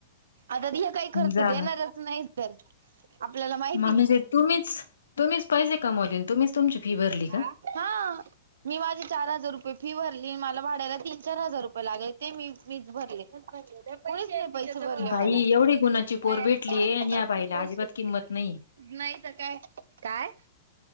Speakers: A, on the right; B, on the left.
A: आता ती काही खर्च
B: जा
A: देणारच नाही. तर आपल्याला माहिती
B: म म्हणजे
A: ना
B: तुम्हीच, तुम्हीच पैसे कमवले आणि तुम्हीच तुमची फी भरली का?
A: आ हा. मी माझे चार हजार रुपये फी भरली. मला भाड्याला तीन, चार हजार रुपये लागले ते मी मीच भरले. भरलेले. होय च की पैसे भरले
B: बाई
A: म्हणून,
B: एवढी गुणाची
A: पै
B: पोर भेटलीये
A: मला
B: आणि
A: भरपूर
B: या बाईला
A: पैसे.
B: अजिबात किंमत नाहीये.
A: नाही तर काय, काय!